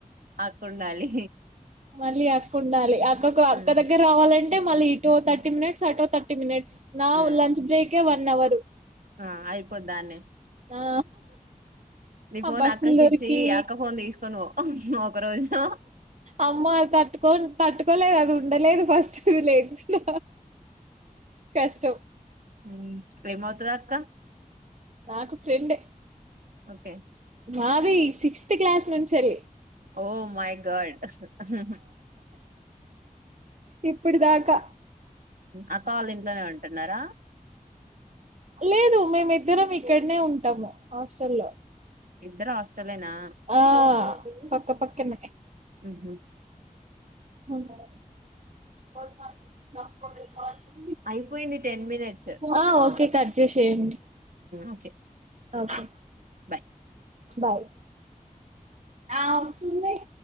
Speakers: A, on the right (about 75°); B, on the right (about 55°).
A: అక్క ఉండాలి
B: మళ్ళీ అక్కకు ఉండాలి అక్క అక్క
A: ఉమ్
B: దగ్గర రావాలంటే మళ్ళీ ఇటుో థర్టీ మినిట్స్ అటుో థర్టీ మినిట్స్ నా
A: um
B: lunch break one hour
A: ఆ అయిపోద్ానేే
B: ఆ
A: నీ
B: ఆ
A: ఫోన్
B: బస్సులు
A: అక్కకిచ్చి
B: దొరికి
A: అక్క ఫోన్ తీసుకొని పో ఒక రోజు
B: అమ్మ తట్టుకోని తట్టుకో తప్పలేదు అది ఉండలేదు ఫస్ట్ లేదు కష్టం
A: హ ప్రేమ అవుతుదా అక్క
B: నాకు ఫ్రెండే
A: ఓకే
B: మాది సిక్స్త్ క్లాస్ నుంచెలి
A: ఓ మై గాడ్ యూ
B: ఇప్పుడుదాకా
A: ఆ కాల ఇంట్లోనే ఉంటున్నారా
B: లేదు మేమి ఇద్దరం ఇక్కడనే ఉంటాము హాస్టల్లో
A: ఇద్దరు హాస్టలేనా
B: ఆ పక్క పక్కనే
A: ఊహు
B: <inaudible>
A: అయిపోయింది టెన్ మినిట్స్
B: ఆ ఓకే కర్జషయం్యడి
A: ఓకే
B: ఓకే
A: బాయ్
B: బాయ్ ఆ ఇస్తున్నాయి